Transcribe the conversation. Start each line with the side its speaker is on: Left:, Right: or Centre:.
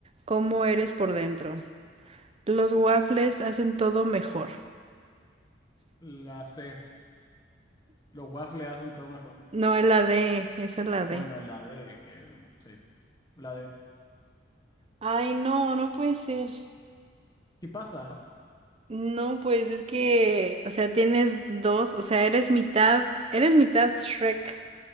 Right: cómo eres por dentro. Los waffles hacen todo mejor.
Left: La C. Los waffles hacen todo mejor.
Right: No, es la D, esa es la
Left: Bueno,
Right: D.
Left: en la D, que sí, la D.
Right: Ay, no, no puede ser.
Left: ¿Qué pasa?
Right: No, pues es que, o sea, tienes dos, o sea, eres mitad, eres mitad Shrek